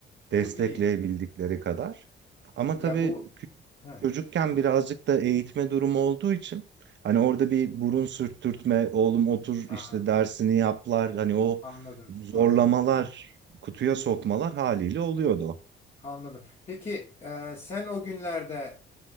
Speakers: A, on the right (about 65°); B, on the left (about 30°).
A: destekleyebildikleri
B: <laughs> Bu iyi.
A: kadar. Ama
B: Ya
A: tabii
B: bu
A: küçük
B: ha,
A: çocukken birazcık da eğitme durumu olduğu için hani orada bir burun sürttürtme, oğlum otur
B: aha,
A: işte dersini yaplar hani o
B: anladım.
A: zorlamalar,
B: Hmm,
A: kutuya sokmalar haliyle oluyordu.
B: anladım. Peki e, sen o günlerde